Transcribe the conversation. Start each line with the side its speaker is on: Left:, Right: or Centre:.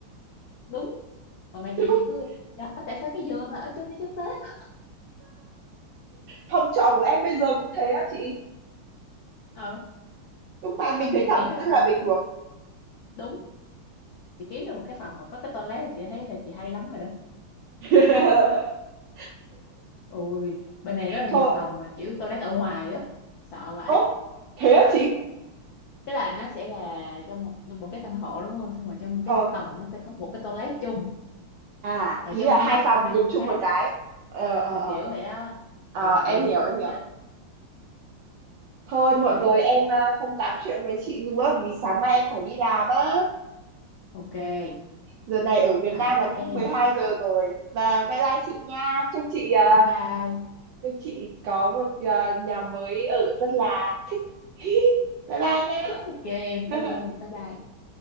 Left: đúng còn mẹ
Right: <laughs>
Left: chị thì cứ "Trời ơi, tại sao cái giường là ở chung với cái bếp
Right: phòng trọ của em bây giờ cũng thế á chị
Left: ừ
Right: nhưng mà
Left: nhưng
Right: mình
Left: mà miễn,
Right: thấy cảm
Left: miễn
Right: thấy
Left: là
Right: rất là
Left: mình
Right: bình thường
Left: đúng chị kiếm được một cái phòng mà có cái toilet là chị thấy là chị hay lắm rồi đó
Right: <laughs>
Left: Ôi, bên này rất là
Right: thôi
Left: nhiều phòng mà kiểu toilet ở ngoài á, sợ vãi.
Right: ố thế á chị
Left: Tức là nó sẽ là trong một một cái căn hộ đúng không? Xong rồi trong một
Right: ờ
Left: cái tầng nó sẽ có một cái toilet chung,
Right: à
Left: là
Right: ý
Left: chung
Right: là
Left: với
Right: hai phòng
Left: mấy
Right: dùng
Left: căn
Right: chung
Left: khác,
Right: một cái ờ ờ
Left: kiểu
Right: ờ
Left: kiểu
Right: ờ.
Left: vậy á.
Right: Ờ,
Left: Ôi mà
Right: em
Left: ghê,
Right: hiểu em hiểu
Left: chết.
Right: thôi muộn
Left: Đấy,
Right: rồi em à, không tám chuyện với chị nữa vì sáng mai em phải đi làm á
Left: ok.
Right: giờ này ở Việt
Left: Rồi
Right: Nam
Left: bye bye
Right: là cũng
Left: em.
Right: mười hai giờ rồi và bye bye chị nha chúc chị à,
Left: Bye bye.
Right: chúc chị có một à, nhà mới ở rất là thích <laughs> bye bye
Left: Ok em,
Right: nha
Left: cảm ơn.
Right: <laughs>
Left: Bye bye.